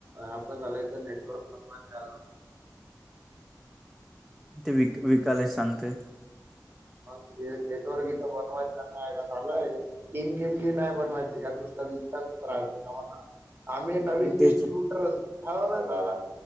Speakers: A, on the right (about 30°); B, in the centre.
A: आपण झालंय तर नेटवर्क. ले. <unintelligible>
B: ते विक विकालाच सांगते.
A: मग हे नेटवर्क इथं बनवायच नाही आहे का लंय. टीम गेम घेन आहे बनवायची काण नुसतता विचच राहायचा कामना. आम्ही नवीन डिस्ट्रीब्युटर
B: तेच ना.
A: हळव ना आला